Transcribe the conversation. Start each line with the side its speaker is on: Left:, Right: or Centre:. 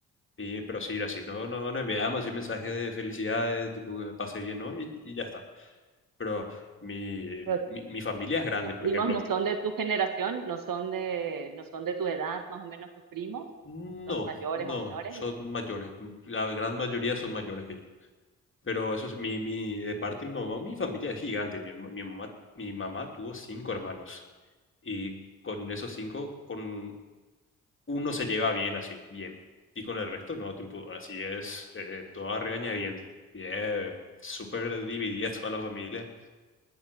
Left: Y, pero sí, así, no, no, no enviamos así mensajes de felicidades, tipo, que me pase bien, ¿no? Y, y ya está. Pero mi,
Right: Pero
Left: mi, mi familia es grande,
Right: ¿Tus
Left: por
Right: primos
Left: ejemplo,
Right: no
Left: mi,
Right: son de tu generación, no son de, no son de tu edad, más o menos tus primos?
Left: No,
Right: ¿Son mayores
Left: no,
Right: o menores
Left: son
Right: y así?
Left: mayores. La gran mayoría son mayores que yo. Pero eso es, mi, mi, de parte de mi mamá, mi familia es gigante. Mi, herma- mi mamá, mi mamá tuvo cinco hermanos. Y con esos cinco, con uno se lleva bien así, bien. Y con el resto no, tipo, así es, eh, toda regañadientes. Y es súper dividida <laughs> toda la familia.